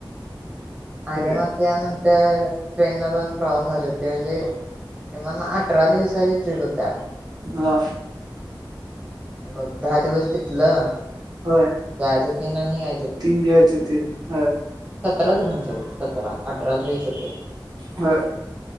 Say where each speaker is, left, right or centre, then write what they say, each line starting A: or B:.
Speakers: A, on the right (about 15°); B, on the right (about 55°).
A: आणि
B: होते
A: म आनंतर तर ट्रेनना पण प्रॉस झाले ते म्हणजे कि अठरा दिवस <inaudible>
B: आ!
A: बघ दहा दिवस तिथलं
B: होय
A: जायचं. तीन आणि यायचं
B: तीन प्यायच तीन हा
A: सतरा धरून चालू सतरा अठरालईच होतय
B: ह